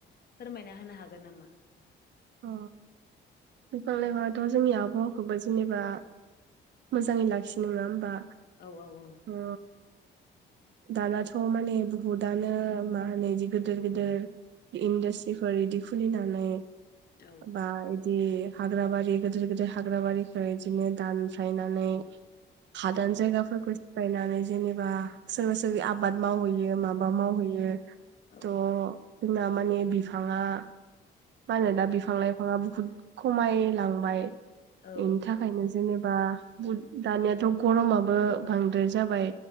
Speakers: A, on the left; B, on the right.
A: फोरमायना होनो हागोन नामा
B: अ बिफां लाइफाङाथ' जोंनि आबहावाखौबो जेनेबा मोजाङै लाखियो नोङा होमबा
A: औ औ
B: अ दानाथ' माने बहुदानो मा होनो बिदि गोदिर गोदिर इन्डास्ट्रिफोर इदि खुलिनानै
A: औ
B: बा बिदि हाग्रा बारि गोदोर गोदोर हाग्रा बारिखौ इदिनो दानफायनानै हादान
A: औ
B: जायगाफोरखौ बायनानै जेनेबा सोरबा सोरबि आबाद मावहैयो माबा मावहैयो
A: औ
B: थ' जोंना माने बिफाङा मा होनो दा बिफां लाइफाङा बुहुद खमायलांबाय।
A: औ
B: बेनि थाखायनो जेने बा दानियाथ' गरमाबो बांद्राय जाबाय।